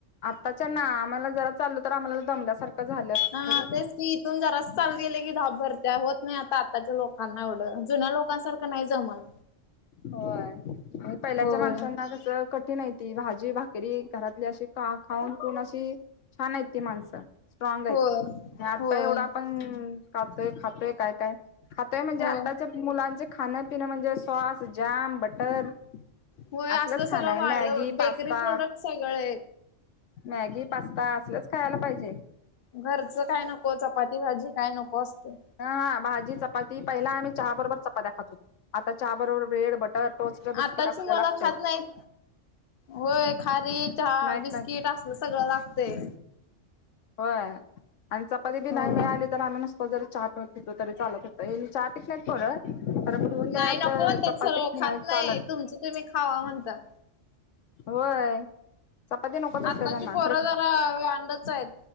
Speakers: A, on the left (about 75°); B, on the left (about 50°).
A: आताच्या ना आम्हाला जरा चालो तर आम्हाला दमल्यासारखं झालं.
B: हा
A: खरं
B: तेच की इथून जरास चालत गेलं की धाप भरत्या. होत नाही आता आताच्या लोकांना एवढं. जुन्या लोक लोकांसारखं नाही जमत.
A: होय आणि पहिल्याच्या
B: होय
A: माणसांना कसं कठीण आहे ती. भाजी भाकरी घरातली अशी का खाऊन पिऊन अशी छान आहेत ती माणसं. स्ट्रॉंग हायत
B: होय
A: आणि आता
B: होय
A: एवढं आपण खातोय खातोय काय का. खातोय म्हणजे
B: होय
A: आताच्या मुलांचे खाणं पिणं म्हणजे सॉस जॅम बटर.
B: होय
A: असलंच
B: असलं सगळं
A: खाणं आहे
B: वाढलं
A: मॅगी
B: बेकरी
A: पास्ता
B: प्रोडक्ट सगळं
A: मॅगी पास्ता असलंच खायला पाहिजे.
B: घरचं काय नको चपाती भाजी काय नको असतं.
A: ही हा भाजी चपाती पहिला आम्ही चहा बरोबर चपात्या खात होतो, आता चहा बरोबर ब्रेड, बट हा टोस्ट,
B: आताची
A: बिस्किट असलं
B: मुलं
A: लागतंय.
B: खात नाहीत. होय खारी, चहा,
A: नाहीत
B: बिस्किट
A: नाही
B: असल सगळं लागतय
A: होय आणि चपातीबी
B: होय.
A: नाही मिळाली पण आम्ही मणसत जरी चहा पीत होतो तरी चालत होतं यांनी चहा पीत नाहीत पोर तर दन त्या
B: नाही
A: आत
B: नको म्हणत्यात
A: चपाती
B: सरळ खात
A: नाही चालत.
B: तुमचं तुम्ही खावा म्हणतात.
A: होय चपाती नकोच असते
B: आत्ताची
A: त्यांना
B: पोरं
A: खर
B: जरा वांडच आहेत.